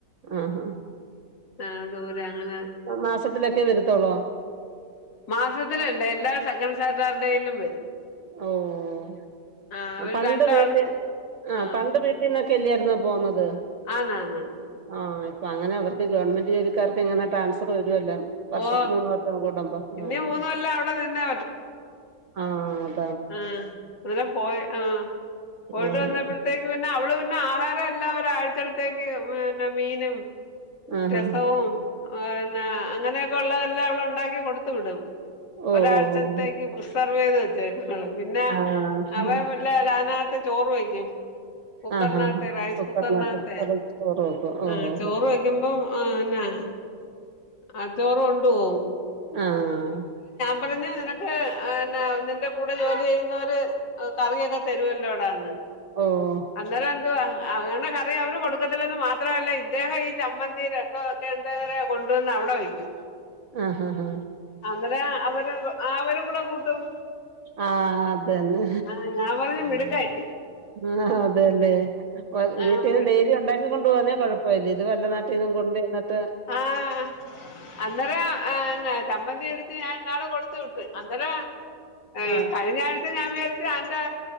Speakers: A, on the right; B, on the left.
A: ആ. ആഹ് ഹാ.
B: ആഹ്‌ ദൂരെ അങ്ങനെ
A: മാസത്തിലൊക്കെ വരത്തൊള്ളോ?
B: മാസത്തിലല്ല എല്ലാ സെക്കൻഡ് സാറ്റർഡേയിലും വരും.
A: ഓഹ്‌
B: ആ അവര്
A: പണ്ട്
B: രണ്ടാളും
A: വീട്ട്
B: ആ
A: ആഹ്‌ പണ്ട് വീ ന്നൊക്കെല്ല്യായിരുന്നൊ പോന്നത്?
B: ആഹ്‌ ണാ ണാ ണാ.
A: ആഹ്‌, ഇപ്പൊ അങ്ങനെ അവർക്ക് ഗവൺമെന്റ് ജോലിക്കാർക്ക് ങ്ങനെ ട്രാൻസ്ഫർ വരുല്ലാ വർഷം
B: ഓ
A: മൂന്ന് വർഷം കൂടുമ്പം
B: ഇനി
A: ആഹ്‌
B: മൂന്ന് കൊല്ലം അവിടെ നിന്നേ
A: ആഹ്‌.
B: ആഹ്‌ അങ്ങന പോയ് ആഹ്‌. പോയിട്ട്
A: ആഹ്
B: വന്നപ്പോഴ്ത്തേക്ക് പിന്നെ അവള് പിന്നെ ആഹാര എല്ലാം ഒരാഴ്ച്ചത്തേക്ക് പിന്നെ മീനും
A: ആഹ്
B: രസവും
A: ആഹാ
B: പിന്നെ അങ്ങനെയൊക്കെ ഉള്ളതെല്ലാം അവള്ണ്ടാക്കി കൊടുത്ത് വിടും.
A: ഓഹ്
B: ഒരാഴ്ചത്തേക്ക്
A: ഓഹ്
B: പ്രിസർവ് ചെയ്ത് വെച്ചേക്ക് ഓള് പിന്നെ
A: ആഹ്
B: അവ ഇല്ലല്ല അയ്നകത്ത് ചോറ് വേക്കും കുക്കർനകത്തെ
A: ആഹാഹാ
B: റൈസ്
A: കുക്കറിനകത്ത്
B: കുക്കർനകത്തെ.
A: അത് ചോറ് വെക്കും ഓഹ്
B: ആഹ്,
A: ഓഹ്
B: ചോറ് വെക്കുമ്പം അഅന്നെ. ആഹ്‌ ചോറ് കൊണ്ട് പോവും.
A: ആഹ്‌.
B: പറഞ് നിനക്ക് ഏ ന്നേ നിന്റെ കൂടെ ജോലി ചെയ്യുന്നവര് കറിയൊക്കെ തരുവല്ലോടാന്ന്.
A: ഓഹ്‌.
B: അന്നേരം എന്തുവാ അങ്ങനെ കറി അവര് കൊടുക്കത്തില്ലെന്ന് മാത്രമല്ല ഇദ്ദേഹം ഈ ചമ്മന്തി ര സാ ഒക്കെ എന്താ പറയാ കൊണ്ടുവന്ന് അവടെ വയ്ക്കും.
A: ആഹ്‌ ഹാ ഹാ.
B: അന്നേരാ അവര് അവരും കൂടെ കൂട്ടും.
A: ആഹ്‌ അതന്നെ.
B: ആ ഞാൻ പറഞ്ഞു മിടുക്കായി
A: ആഹ്‌ ഹാ അതെല്ലേ,
B: ആ
A: വീട്ടീന്ന് ഡെയിലി ഉണ്ടാക്കികൊണ്ട് പോവാനേ കൊഴ പരീത് വല്ലനാട്ടിലും കൊണ്ട് ചെന്ന്ട്ട്
B: ആഹ്, അന്നേരം അഅന്നെ ചമ്മന്തി എടു ഞാം ഇന്നാള് കൊടുത്ത് വിട്ട്, അന്നേരാ കഴീ
A: ആഹ്
B: കഴിഞ്ഞ ഇ ഞാൻ വിചാരിച്ച അന്റെ